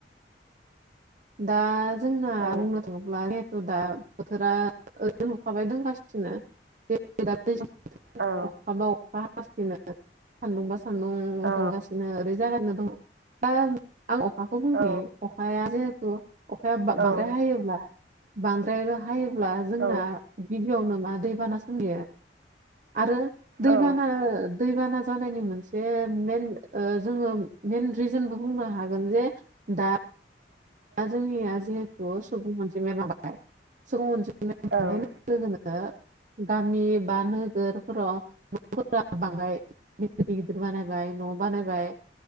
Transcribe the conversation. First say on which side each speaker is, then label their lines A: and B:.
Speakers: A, on the right (about 45°); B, on the right (about 80°).
A: दा जोंना
B: औ
A: बुंनो थाङोब्ला दे दा बोथोरा ओरैनो अखा हाबाय दं गासिनो <unintelligible> दैबा दै
B: औ
A: अखााबा अखा हासिनो सान्दुं बा सान्दुं
B: औ
A: दुंगासिनो ओरै जागानो दङ दा आं अखा <unintelligible>
B: औ
A: असाया जिहेथु <unintelligible> असाया बांद्राय
B: औ
A: हायोब्ला बांद्राय हायोब्ला जोंना
B: औ
A: गिबियावनो मा दैबाना सोमजियो आरो दैबाना
B: औ
A: दैबाना जानायनि मोनसे मेन रिजेनबो बुंनो हागोन जो दा दा जोंनिया जिहेथु सुबुं अनजिमाया लााबाय सुबुं अनजिमाया
B: औ
A: लोगो गामि बा नोगोरफोराव न'फोरा बांद्राय <unintelligible> गिदिर गिदिर बानायबाय न' बानायबाय